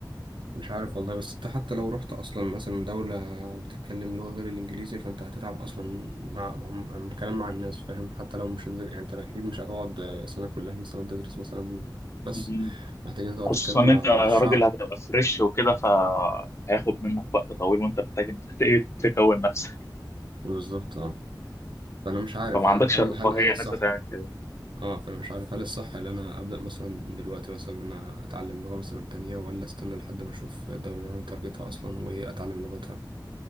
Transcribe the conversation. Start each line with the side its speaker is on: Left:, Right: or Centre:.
Right: مش عارف والله بس انت حتى لو رحت اصلا مثلا دولة بتتكلم لغة غير الانجليزي فانت هتتعب اصلا مع مع- مع الكلام مع الناس فاهم حتى لو مش هتدر- يعني انت اكيد مش هتقعد سنة كلها مثلا تدرس مثلا بس
Left: مم.
Right: محتاجين تقعد
Left: خصوصا
Right: تتكلم
Left: إن
Right: مع
Left: أنت راجل
Right: مع الشعب
Left: هتبقى فريش وكده فهياخد منك وقت طويل وأنت محتاج إن أنت <laughs> تكون نفسك
Right: بالظبط اه فانا مش عارف
Left: فما
Right: هل
Left: عندكش
Right: هل
Left: الرفاهية
Right: هل هل الصح
Left: إن أنت تعمل كده
Right: اه فانا مش عارف هل الصح ان انا ابدا مثلا دلوقتي مثلا ان انا اتعلم لغة مثلا تانية ولا استنى لحد ما اشوف الدولة اللي انا تارجتها اصلا واتعلم لغتها